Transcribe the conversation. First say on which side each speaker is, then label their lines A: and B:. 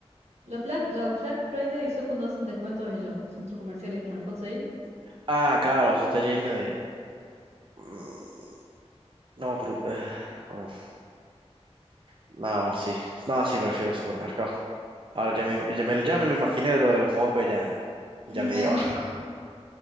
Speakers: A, on the right; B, on the right.
A: Los Black, los Black Friday son cuando hacen descuentos en los centros comerciales como el Hot Sale.
B: Ah, claro, eso está lleno de... Mm, No, pero... ah, uf. No, bueno, sí. No, sí, prefiero el supermercado. Ahora ya me, ya me, ya me lo imaginé de lo de los mocos, ya, ya
A: Ujú.
B: me dio asco.